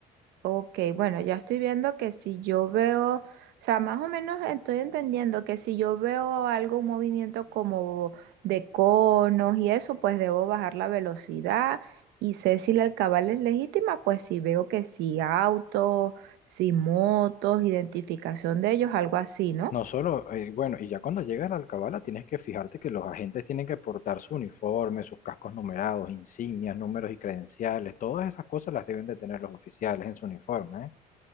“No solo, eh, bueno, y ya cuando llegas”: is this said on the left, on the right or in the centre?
Left